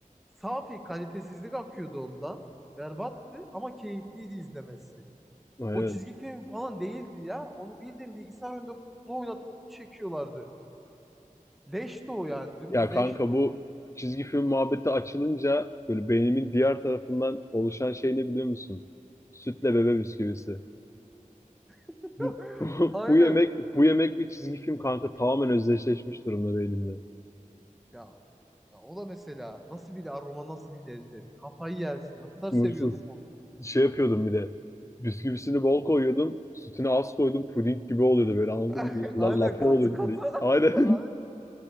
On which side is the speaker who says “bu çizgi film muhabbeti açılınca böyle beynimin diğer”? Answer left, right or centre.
Left